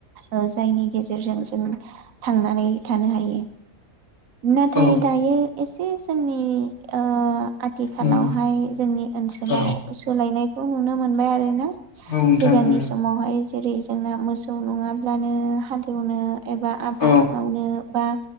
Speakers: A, on the right; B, on the left.
A: ओ जायनि गेजेरजों जों थांनानै थानो हायो। नाथाय
B: औ
A: दायो। एसे जोंनि ओआथिखालावहाय
B: उम
A: जोंनि ओनसोलाव
B: औ
A: सोलायनायखौ। बेखौ नुनो मोनबाय आरोना
B: औ नोंथां
A: सिगांनि
B: उम
A: समावहाय। जेरै जोंना मोसौ नङाब्लानो हल एऐवनो एबा आबाद
B: औ
A: मावनो बा।